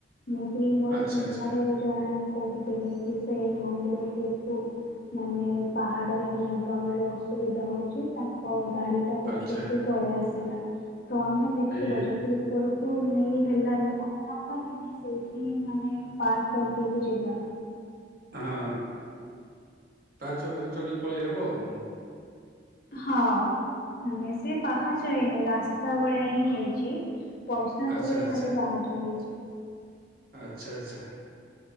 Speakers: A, on the left; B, on the right.
A: ମୁଁ ବି ମୋର
B: ଆଚ୍ଛା
A: ଚିହ୍ନାରେ
B: ଆଚ୍ଛା
A: ଜଣେ କହୁଥିଲେ। କି ସେ ମନ୍ଦିରଉପୁରକୁ ମାନେ ପାହାଡ଼ରେ ନେବାବେେଳେ ଅସୁବିଧା ହେଉଛି ତାଙ୍କ ଗାଡ଼ିଟା ପଛକୁ
B: ଆଚ୍ଛା
A: ପଳେଇ ଆସେ। ହେଲା ତ ଆମେ ଦେଖିବା
B: ଏ ହେ
A: ଯଦି ଉପରକୁ ନେଇ ହେଲାନି ଆମେ ନବାନି ଆମେ ସେଇଠି ମାନେ ପାର୍କ କରିଦେଇକି ଯିବା।
B: ହଁ ପାଚ ଉପରେ ଚଢି ପଳେଇ ହବ ଆଉ
A: ହଁ ମାନେ ସେ ପାହାଚ ହେନି ରାସ୍ତା ଭଳିଆ ହିଁ ହେଇଛି। ବୈଷ୍ଣ
B: ଆଚ୍ଛା
A: ଦେବୀରେ
B: ଆଚ୍ଛା
A: ଖାଲି ପାହାଚ ହେଇଛି।
B: ଆଚ୍ଛା ଆଚ୍ଛା